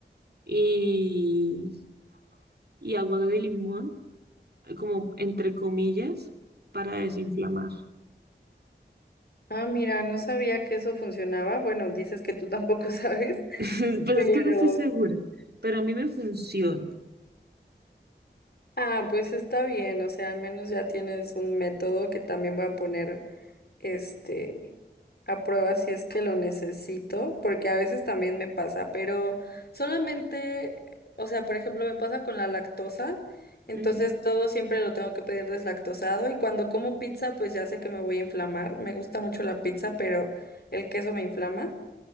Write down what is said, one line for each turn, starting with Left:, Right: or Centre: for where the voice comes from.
Right: y, y agua de limón, eh, como entre comillas, para desinflamar.
Left: Ah, mira, no sabía que eso funcionaba. Bueno, dices que tú tampoco <laughs> sabes,
Right: <laughs> Pues
Left: pero...
Right: es que no estoy segura, pero a mí me funciona.
Left: Ah, pues está bien, o sea, al menos ya tienes un método que también voy a poner este, a prueba si es que lo necesito, porque a veces también me pasa, pero solamente, o sea, por ejemplo, me pasa con la lactosa, entonces
Right: Ujú.
Left: todo siempre lo tengo que pedir deslactosado y cuando como pizza, pues ya sé que me voy a inflamar, me gusta mucho la pizza, pero el queso me inflama